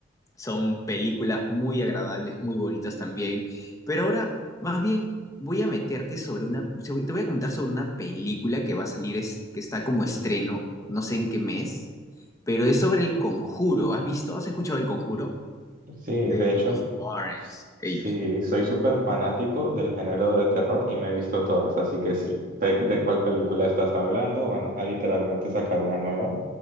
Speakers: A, on the left; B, on the right.
A: son películas muy agradables, muy bonitas también. Pero ahora, más bien, voy a meterte sobre una, te voy te voy a comentar sobre una película que va a salir, es- que está como estreno, no sé en qué mes, pero es sobre El Conjuro. ¿Has visto? ¿Has escuchado El Conjuro?
B: Sí,
A: De
B: de hecho,
A: los Warrens, ellos.
B: sí, soy súper fanático del género de terror y me he visto todas, así que sí, sé de cuál película estás hablando, van a literalmente sacar una nueva.